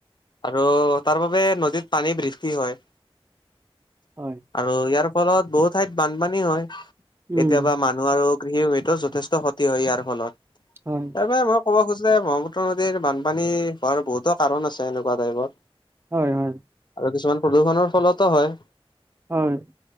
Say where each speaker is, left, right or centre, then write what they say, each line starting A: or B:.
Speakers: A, on the left; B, on the right.
A: আৰু তাৰ বাবে নদীত পানী বৃদ্ধি হয়।
B: হয়।
A: আৰু ইয়াৰ ফলত বহু ঠাইত বানপানী হয়। কেতিয়াবা
B: উম
A: মানুহ আৰু কৃষি ভিতৰত যথেষ্ট ক্ষতি হয় ইয়াৰ ফলত।
B: হয়।
A: তাৰ বাবে মই ক'ব খোজো যে বহ্মপুত্ৰ নদীৰ বানপানী হোৱাৰ বহুতো কাৰণ আছে এনেকুৱা টাইপত।
B: হয়, হয়।
A: আৰু কিছুমান প্ৰদূষণৰ ফলতো হয়।
B: হয়।